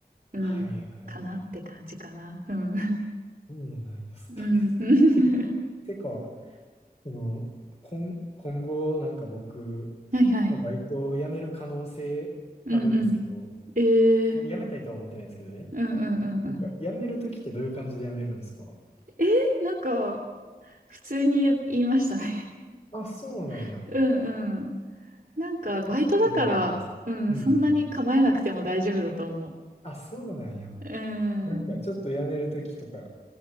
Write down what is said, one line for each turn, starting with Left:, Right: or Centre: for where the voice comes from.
Right: うん。
Left: はいはいはい。
Right: かなって感じかな。うん。
Left: そうなんや、ストレス。
Right: うん。うん
Left: <laughs> え、
Right: <laughs>
Left: てか、その、今、今後、なんか僕、
Right: はいはい。
Left: もうバイトを辞める可能性あるんですけど、
Right: うんうん。えー、
Left: え辞めたいとは思ってないですけどね。
Right: うんうんうんうん。
Left: なんか、辞めるときってどういう感じで辞めるんですか
Right: えなんか、普通に言言いましたね。
Left: あ、そうなんや。
Right: <laughs> うんうん。なんか、バイトだから、
Left: 辞めたいです。
Right: うん、
Left: うんうん。
Right: そんなに構えなくても大丈夫だと思
Left: あ、そうなんや。
Right: う。うん。
Left: なんか、ちょっと辞めるときとか、